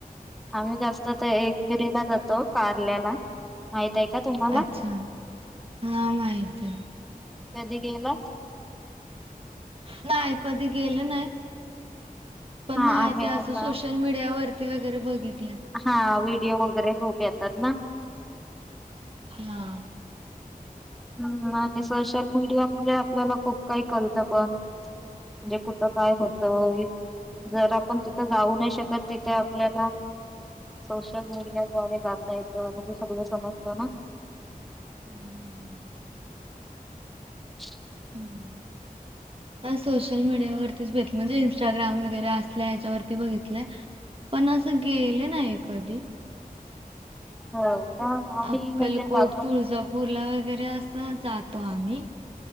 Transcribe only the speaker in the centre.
आम्ही जास्त ते एकवेरीला जातो कारल्याला माहित आहे का तुम्हाला?
कधी गेलात.
हा
आम्ही
आता
हा व्हिडिओ वगैरे खूप येतात ना.
हम्म आणि सोशल मीडिया मु आपल्याला खूप काही कळतं पण, म्हणजे कुठ. काय होत
जर आपण तिथं जाऊ नाही शकत, तिथे आपल्याला सोशल मीडिया द्वारे जाता येतं म सगळं समजत ना.
<unintelligible>
हो. का आम्ही
म्हणजे जातो